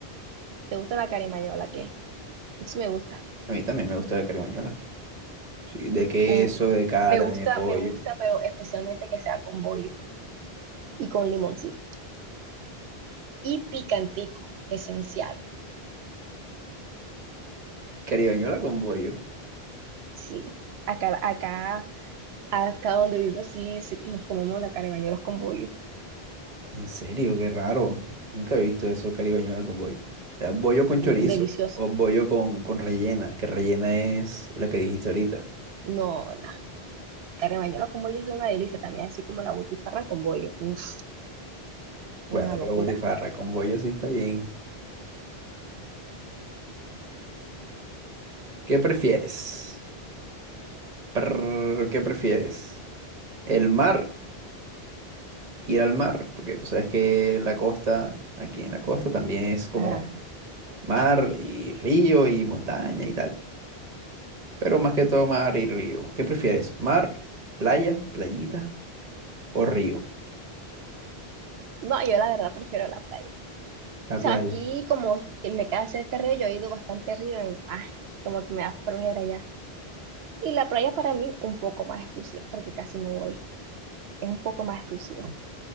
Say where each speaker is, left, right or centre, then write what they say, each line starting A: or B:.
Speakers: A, on the right (about 75°); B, on the right (about 40°).
A: te gusta la carimañola? ¿Qué? Sí me gusta.
B: A mí también me gusta la caribañola. Sí, de queso,
A: Con,
B: de carne,
A: me gusta,
B: de pollo.
A: me gusta, pero especialmente que sea con bollo y con limoncito. Y picantico, esencial.
B: Caribañola con pollo.
A: Sí, acá, acá Acá donde vivo sí, sí, nos comemos la carne de bañuelos con bollo.
B: En serio, qué raro. Nunca he visto eso caribañola con bollo. Era bollo con chorizo
A: Uf, deliciosa.
B: o bollo con, con rellena, que rellena es lo que dijiste ahorita.
A: No, la carne de bañuelos con bollo es una delicia también, así como la butifarra con bollo. Uf, es
B: Bueno,
A: una locura.
B: pero butifarra con bollo sí está bien. ¿Qué prefieres? Prrr, ¿qué prefieres? ¿El mar? ¿Ir al mar? Porque tú sabes que la costa, aquí en la costa también es como
A: Ajá. ajá.
B: mar y río y montaña y tal. Pero más que todo mar y río. ¿Qué prefieres? ¿Mar, playa, playita o río?
A: No, yo la verdad prefiero la playa.
B: La
A: O sea,
B: playa.
A: aquí como que me queda cerca del río, yo he ido bastante arriba, en- ah, como que me da flojera ya. Y la playa para mí un poco más exclusiva, porque casi no voy. Es un poco más exclusiva.